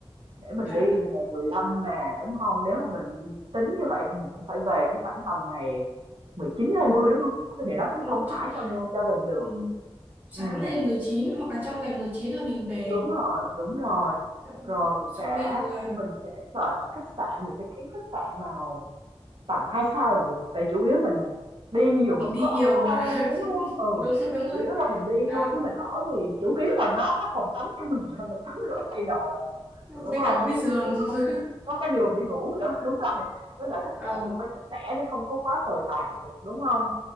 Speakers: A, on the right; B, on the right.
A: để mình
B: dạ
A: đi là ngày 15 nè đúng không? Nếu mà mình tính như vậy thì mình cũng phải về cũng khoảng tầm ngày mười chín hai mươi đúng không? Thế thì nó mới
B: đúng
A: thông
B: rồi,
A: thả
B: chắc
A: cho cho mình được.
B: ừ, sáng
A: Ừ.
B: ngày 19 hoặc là trong ngày 19 là mình về
A: Đúng rồi, đúng rồi.
B: Đó.
A: Rồi mình
B: xong
A: sẽ
B: bây giờ
A: mình sẽ search khách sạn, mình sẽ kiếm khách sạn nào tầm 2 sao là vừa tại chủ yếu mình đi nhiều mà
B: mình
A: mình
B: đi
A: có
B: nhiều
A: ở
B: mà
A: lâu đâu đúng không
B: <laughs>
A: ừ
B: đúng đúng rồi
A: chủ yếu là mình đi
B: đó
A: thôi chứ mình ở thì chủ yếu là nó có phòng tắm cho mình là mình tắm rửa thay đồ là được
B: với
A: đúng
B: cả
A: không
B: có cái giường
A: cũng
B: <laughs>
A: không có cái giường để ngủ nữa <laughs> đúng rồi với lại khách
B: ờ
A: sạn cũng phải sạch sẽ nó không có quá tồi tàn là được đúng không